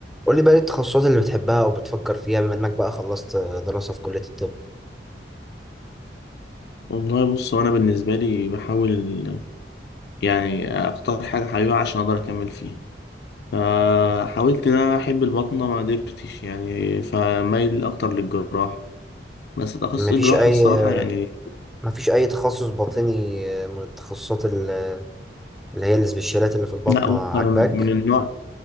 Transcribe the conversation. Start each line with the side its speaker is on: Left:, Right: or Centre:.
Centre: قول لي بقى ايه التخصصات اللي بتحبها او بتفكر فيها بما انك بقى خلصت دراسة في كلية الطب
Left: والله بص هو انا بالنسبه لي بحاول يعني اختار حاجه حبيبه عشان اقدر اكمل فيها فحاولت ان انا احب البطنه ما قدرتش يعني فمايل اكتر للجراحه بس تخصص
Centre: مفيش
Left: الجراحه
Centre: اي
Left: الصراحه يعني
Centre: مفيش اي تخصص باطني من التخصصات ال- اللي هي السبيشالات اللي في الباطنة
Left: لا بص
Centre: عاجباك
Left: انا من النوع